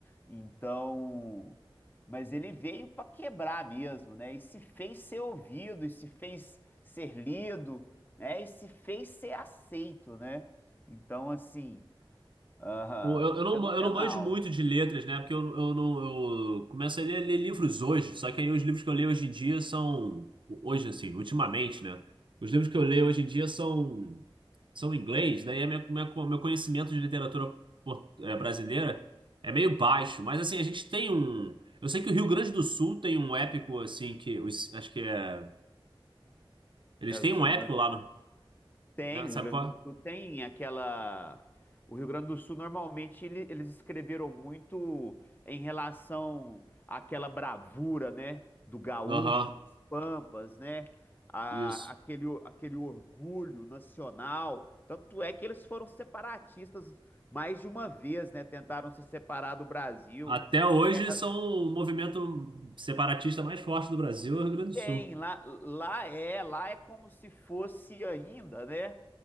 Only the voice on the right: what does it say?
Eu, eu não,
eu não manjo muito de letras, né? Porque eu, eu não eu começo a ler, ler livros hoje, só que aí os livros que eu leio hoje em dia são. Hoje, assim, ultimamente, né? Os livros que eu leio hoje em dia são, são em inglês, daí a minha, minha- meu conhecimento de literatura por- eh, brasileira é meio baixo, mas assim, a gente tem um. Eu sei que o Rio Grande do Sul tem um épico, assim, que. os- acho que é. Eles
têm
um
épico
lá, no,
né?
Sabe
qual é?
Aham,
isso.
Até hoje
são o movimento separatista mais forte do Brasil, é o Rio Grande do
Sul.